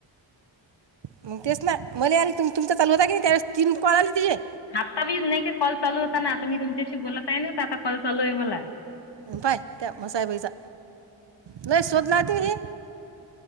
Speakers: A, on the right; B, on the left.
A: मग तेच ना मला आले त तुमचा चालू होता की नाही त्यावेळेस तीन पण आले तिथे.
B: आता बी नाही का कॉल चालू होता ना आता मी तुमच्याशी बोलत आहे ना आता कॉल चालू आहे मला
A: बाय त्या मसाबचा नाही शोधला ते ही.